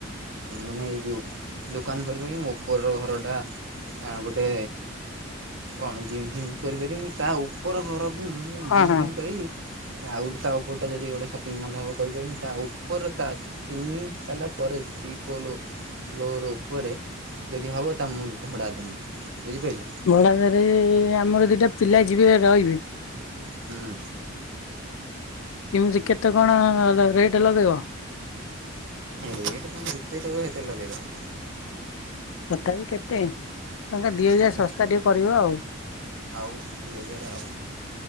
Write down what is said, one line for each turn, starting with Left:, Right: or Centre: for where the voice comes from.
Right: ମାନେ ଏ ଯେଉଁ ଡୁ ଦୋକାନ କରିି <unintelligible> ମୋ ଉପର ଘରଟା ଗୋଟେ କଣ ଜିମ୍? ହୁଁ କରିପାରିମି ତା ଉପର ଘରକୁ ମୁଁ
Left: ହଁ
Right: ଜିମ୍
Left: ହଁ
Right: ଫିମ୍ କରିକି ଆଉ ଗୋଟେ ତା ଉପରଟା ଯଦି ଗୋଟେ ସପିଂ ମଲ୍ ଟା ହେବ କରିପାରିବି ତା ଉପର ତା ତିନି ତାଲା ପରେ ଥ୍ରୀ ଫୋ ଫ୍ଲୋର ଉପରେ ଯଦି ହବ ତା ମୁଁ ଭଡା ଦେମି। ବୁଝିପାରିଲେ।
Left: ଭଡାଘରେ ଆ ଆମର ଦିଟା ପିଲା ଯିବେ ରହିବେ
Right: ହୁଁ
Left: ଏମିତି କେତେ କଣ ରେଟ ଲଗେଇବ?
Right: ରେଟ ପାଇଁ ଯେତେ କହିବ ସେତେରେ ଲଗେଇଦେବା।
Left: ତଥାପି କେତେ ଟଙ୍କା ଦିଅଜେ
Right: ତମେ
Left: ଶସ୍ତା ଟିକେ କରିବ ଆଉ।
Right: ଆଉ ଦୁଇ ହଜାର ଆ